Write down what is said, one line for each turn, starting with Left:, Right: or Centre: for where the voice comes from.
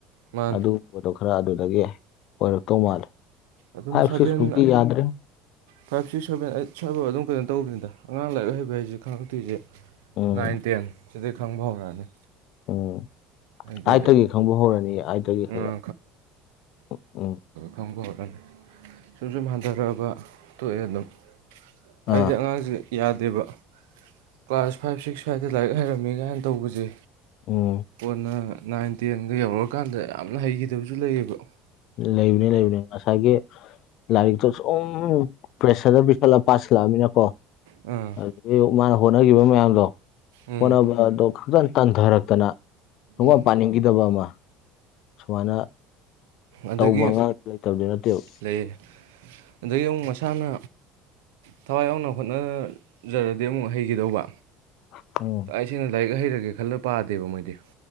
Right: ꯃꯥꯅꯤ
Left: ꯑꯗꯨꯒꯨꯝꯕꯗꯣ ꯈꯔ ꯑꯗꯨꯗꯒꯤ ꯑꯣꯏꯔꯛꯇꯧ ꯃꯥꯜꯂꯦ
Right: ꯑꯗꯨꯝ
Left: ꯐꯥꯏꯚ
Right: ꯁꯚꯦꯟ
Left: ꯁꯤꯛꯁ ꯐꯥꯎꯇꯤ ꯌꯥꯗ꯭ꯔꯦ
Right: ꯐꯥꯏꯚ ꯁꯤꯛꯁ ꯁꯕꯦꯟ ꯑꯩꯠ ꯁ꯭ꯏꯐꯥꯎ ꯑꯗꯨꯝ ꯀꯩꯅꯣ ꯇꯧꯕꯅꯤꯗ ꯑꯉꯥꯡ ꯂꯥꯏꯔꯤꯛ ꯍꯩꯕ ꯍꯥꯏꯁ ꯈꯉꯛꯇꯣꯏꯁꯦ
Left: ꯎꯝ
Right: ꯅꯥꯏꯟ ꯇꯦꯟ ꯁꯤꯗꯒꯤ ꯈꯪꯕ ꯍꯧꯔꯛꯑꯅꯤ
Left: ꯑꯣ
Right: ꯍꯥꯏꯗꯤ
Left: ꯑꯥꯏꯇꯒꯤ ꯈꯪꯕ ꯍꯧꯔꯅꯤ ꯑꯇꯒꯤ
Right: ꯈꯔ
Left: ꯈ ꯎꯝ ꯎꯝ
Right: ꯈꯪꯕꯨ <unintelligible> ꯁꯨꯝ ꯁꯨꯝ ꯍꯟꯊꯔꯛꯑꯥꯕ ꯇꯣꯛꯑꯦ ꯑꯗꯨꯝ ꯑꯩꯁꯦ
Left: ꯑꯥ
Right: ꯑꯉꯥꯡꯖꯦ ꯌꯥꯗꯦꯕ ꯀ꯭ꯂꯥꯁ ꯐꯥꯏꯚ ꯁꯤꯛꯁ ꯁꯋꯥꯏꯗ ꯂꯥꯏꯔꯤꯛ ꯍꯩꯔꯝꯃꯦ ꯀꯥꯏꯅ ꯇꯧꯕꯁꯦ
Left: ꯎꯝ
Right: ꯀꯣꯟꯅ ꯅꯥꯏꯟ ꯇꯦꯟꯒ ꯌꯧꯔꯀꯥꯟꯗꯥ ꯌꯥꯝꯅ ꯍꯩꯈꯤꯗꯕꯁꯨ ꯂꯩꯌꯦꯕ
Left: ꯂꯩꯕꯅꯦ ꯂꯩꯕꯅꯦ ꯉꯁꯥꯏꯒꯤ ꯂꯥꯏꯔꯤꯛꯇꯣ ꯁꯨꯝ ꯄ꯭ꯔꯦꯁꯔꯗꯣ ꯄꯤꯁꯜꯂꯥ ꯄꯥꯁꯤꯜꯂꯛꯑꯃꯤꯅꯥꯀꯣ
Right: ꯎꯝ
Left: ꯑꯗꯩ ꯃꯥꯅ ꯍꯣꯠꯅꯒꯤꯕ ꯃꯌꯥꯝꯗꯣ
Right: ꯎꯝ
Left: ꯍꯣꯠꯅꯕꯗꯣ ꯈꯇꯟ ꯇꯟꯊꯥꯔꯛꯇꯅꯥ ꯁꯨꯡꯄꯥ
Right: ꯎꯝ
Left: ꯄꯥꯅꯤꯡꯈꯤꯗꯕ ꯑꯃ ꯁꯨꯃꯥꯏꯅ
Right: ꯑꯗꯒꯤ
Left: ꯇꯧꯕ ꯑꯉꯥꯡ ꯂꯩꯇꯕꯗꯤ ꯅꯠꯇꯦꯕ
Right: ꯂꯩꯌꯦ ꯑꯗꯒꯤ ꯑꯃꯨꯛ ꯃꯁꯥꯅ ꯊꯋꯥꯏ ꯌꯥꯎꯅ ꯍꯣꯠꯅꯖꯔꯗꯤ ꯑꯃꯨꯛ ꯍꯩꯒꯤꯗꯧꯕ
Left: ꯎꯝ
Right: ꯑꯩꯁꯦꯡꯅꯥ ꯂꯥꯏꯔꯤꯛ ꯍꯩꯔꯒꯦ ꯈꯜꯂꯥ ꯄꯥꯗꯦꯕ ꯃꯣꯏꯗꯤ